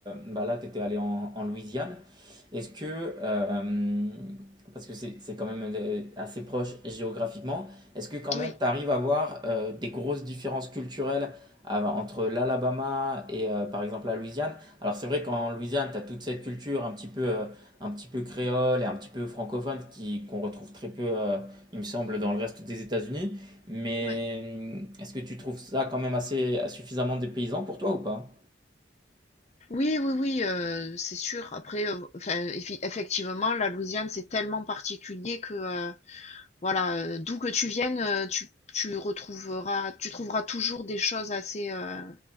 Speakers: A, on the right; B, on the left.
A: bah là, tu étais allé en, en Louisiane. Est-ce que, euh, parce que c'est c'est quand même euh, assez proche géographiquement, est-ce que quand même
B: Oui.
A: tu arrives à voir euh, des grosses différences culturelles av- entre l'Alabama et euh, par exemple la Louisiane? Alors c'est vrai qu'en Louisiane, tu as toute cette culture un petit peu, euh, un petit peu créole et un petit peu francophone qui, qu'on retrouve très peu, euh, il me semble, dans le reste des États-Unis. Mais
B: Ouais.
A: euh, est-ce que tu trouves ça quand même assez suffisamment dépaysant pour toi ou pas?
B: Oui, oui, oui, heu, c'est sûr. Après, heu, enfin, effi effectivement, la Louisiane, c'est tellement particulier que, heu, voilà, heu, d'où que tu viennes, heu, tu tu retrouveras tu trouveras toujours des choses assez, heu,